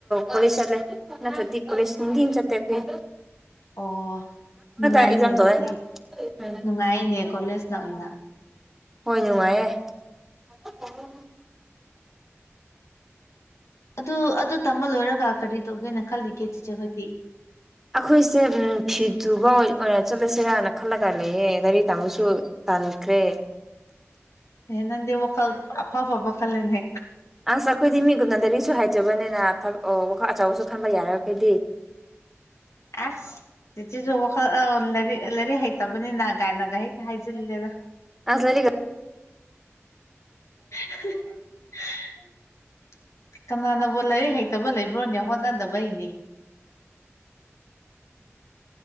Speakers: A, in the centre; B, on the left.
A: ꯀꯣꯂ‌ꯦꯁ ꯆꯠꯂꯦ ꯅꯠꯇ꯭ꯔꯗꯤ ꯀ‌ꯣꯂ‌ꯦꯁ ꯅꯨꯡꯇꯤ <unintelligible>
B: ꯑꯣ ꯅꯨꯡꯉꯥꯏꯅꯦ
A: ꯑꯦꯛꯖꯥꯝ
B: ꯑꯗꯨꯗꯤ
A: ꯇꯧꯋꯦ ꯎꯝ
B: ꯅꯨꯡꯉꯥꯏꯅꯦ ꯀꯣꯂꯦꯖꯅ ꯑꯣꯏꯅ
A: ꯍꯣꯏ ꯅꯨꯡꯉꯥꯏꯌꯦ ꯎꯝ
B: ꯑꯗꯨ ꯑꯗꯨ ꯇꯝꯕ ꯂꯣꯏꯔꯒ ꯀꯔꯤ ꯇꯧꯒꯦꯅ ꯈꯜꯂꯤꯒꯦ ꯆꯤꯆꯦꯈꯣꯏꯗꯤ
A: ꯑꯩꯈꯣꯏꯁꯦ ꯐꯤ ꯇꯨꯕ ꯑꯣꯏ ꯑꯣꯏꯅ ꯆꯠꯂꯁꯤꯔꯥꯅ ꯈꯜꯂꯒ ꯂꯩꯌꯦ ꯂꯥꯏꯔꯤꯛ ꯇꯥꯝꯃꯁꯨ ꯇꯟꯈ꯭ꯔꯦ
B: ꯑꯦ ꯅꯪꯗꯤ ꯋꯥꯈꯜ ꯑꯐ ꯑꯐꯕ ꯈꯜꯂꯦꯅꯦ
A: ꯑꯁ ꯑꯩꯈꯣꯏꯗꯤ ꯃꯤꯒꯨꯝꯅ ꯂꯥꯏꯔꯤꯛꯁꯨ ꯍꯥꯏꯇꯕꯅꯤꯅ ꯊꯕꯛ ꯑꯣ ꯋꯥꯈꯜ ꯑꯆꯧꯕꯁꯨ ꯈꯟꯕ ꯌꯥꯔ‌ꯣꯏ ꯈ‌ꯣꯏꯗꯤ
B: ꯑꯁ ꯆꯤꯆꯤꯁꯨ ꯋꯥꯈꯜ ꯂꯥꯏꯔꯤꯛ ꯂꯥꯏꯔꯤꯛ ꯍꯩꯇꯕꯅꯤꯅ ꯒꯥꯏꯅꯒꯥꯏ ꯍ‌ꯦꯛꯇ ꯍꯥꯏꯖꯤꯜꯂꯦꯗ
A: ꯑꯁ ꯂꯥꯏꯔꯤꯛ
B: <inaudible> ꯀꯅꯥꯅꯕꯨ ꯂꯥꯏꯔꯤꯛ ꯍꯩꯇꯕ ꯂꯩꯕ꯭ꯔꯣꯅꯦ ꯍꯣꯠꯅꯗꯕꯩꯅꯦ